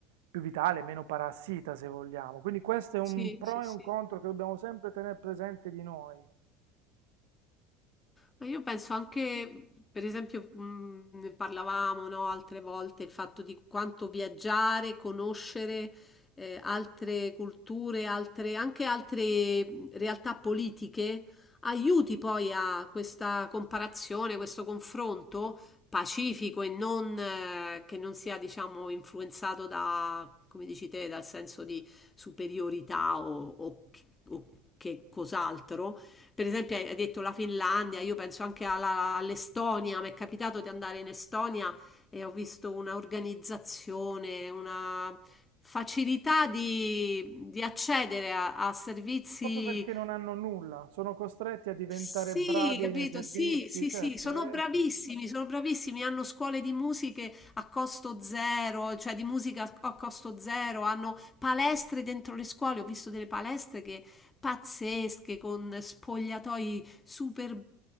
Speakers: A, on the right (about 75°); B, on the left (about 20°).
A: più vitale, meno parassita, se vogliamo. Quindi questo è un
B: sì,
A: pro
B: sì,
A: e
B: sì.
A: un contro che dobbiamo sempre tenere presente di noi.
B: Ma io penso anche, per esempio, mh, ne parlavamo, no, altre volte, il fatto di quanto viaggiare, conoscere eh, altre culture, altre- anche altre mh, realtà politiche, aiuti poi a questa comparazione, questo confronto pacifico e non, eh, che non sia, diciamo, influenzato da, come dici te, dal senso di superiorità o o- o che cos'altro per esempio hai hai detto la Finlandia, io penso anche alla- all'Estonia, mi è capitato di andare in Estonia e ho visto una organizzazione, una facilità di, di accedere a, a servizi
A: Proprio perché non hanno nulla, sono costretti a diventare
B: sì,
A: bravi
B: capito?
A: nei servizi,
B: Sì, sì,
A: certo,
B: sì, sono
A: eh,
B: bravissimi, sono bravissimi, hanno scuole di musiche a costo zero, cioè di musica a a costo zero, hanno palestre dentro le scuole, ho visto delle palestre che pazzesche con spogliatoi super